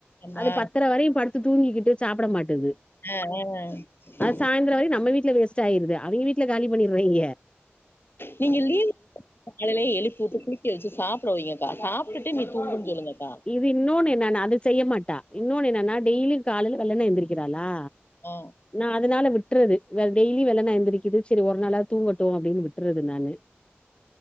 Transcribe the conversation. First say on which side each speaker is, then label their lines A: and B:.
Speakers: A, on the left (about 60°); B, on the left (about 25°).
A: ஆமா
B: அது பத்தர வரையு படுத்து தூங்கிக்கிட்டு சாப்பட மாட்டேது
A: எ
B: சாயந்தர வரயு நம்ம வீட்ல வேஸ்ட்டாயிருது அவிங்க வீட்ல காலி பண்ணிற்றாய்ங்க
A: நீங்க லீவ் காலைலே எழுப்பி உட்டு குளிக்க வச்சு சாப்பட வைங்கக்கா சாப்ட்டுட்டு நீ தூங்குன் சொல்லுங்கக்கா
B: இது இன்னொன்னு என்னன்னா அது செய்ய மாட்டா இன்னொன்னு என்னன்னா டெய்லியு காலையில வெள்ளன எந்திரிக்கிறாளா
A: ஆ
B: நா அதனால விட்றது வேற டெய்லி வெல்லன எந்திரிக்கிது சரி ஒரு நாளா தூங்கட்டு அப்டின் விட்ற்றது நானு